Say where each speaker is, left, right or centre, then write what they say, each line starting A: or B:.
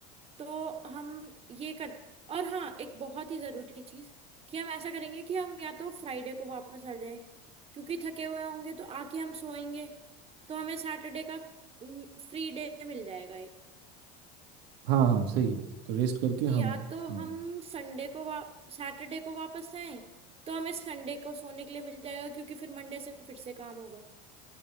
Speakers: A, on the right (about 30°); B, on the right (about 75°).
A: तो हम ये कर और हाँ एक बहुत ही जरूरी चीज कि हम ऐसा करेंगे कि हम या तो फ्राइडे को वापस आ जाएं क्योंकि थके हुए होंगे तो आके हम सोएंगे तो हमें सैटरडे का फ्री डे मिल जाएगा एक
B: हाँ हाँ सही है तो रेस्ट करके हम
A: या तो
B: हाँ
A: हम संडे को वा सैटरडे को वापस आए तो हमें संडे को सोने के लिए मिल जाएगा क्योंकि फिर मंडे से फिर से काम होगा